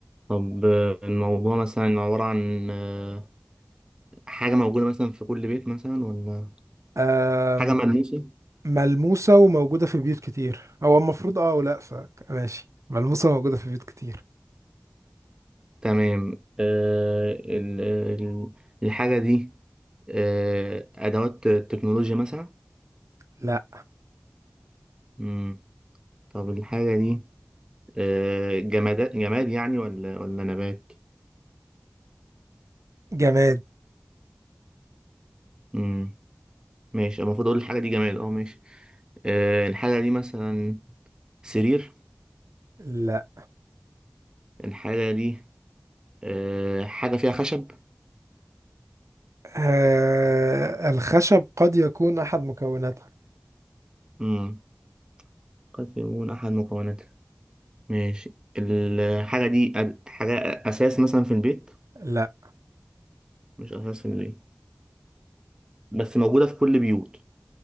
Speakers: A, on the right; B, on the right.
A: طب آه، الموضوع مثلا عبارة عن آه، حاجة موجودة مثلا في كل بيت مثلا ولا
B: اكل
A: حاجة ملموسة
B: ملموسة وموجودة في بيوت كتير هو المفروض اه ولا ف ماشي ملموسة وموجودة في بيوت كتير
A: تمام آه، ال- ال- الحاجة دي آه، أدوات تكنولوجيا مثلا
B: لا
A: مم. طب الحاجة دي آه، جماد جماد يعني ولا ولا نبات
B: جماد
A: مم. ماشي المفروض أقول الحاجة دي جماد أه ماشي آه، الحاجة دي مثلا سرير
B: لا
A: الحاجة دي آه، حاجة فيها خشب
B: آه الخشب قد يكون أحد مكوناتها
A: مم. قد يكون أحد مكوناتها ماشي الحاجة دي أد- حاجة أساس مثلا في البيت
B: لا
A: مش أساس في البيت بس موجودة في كل بيوت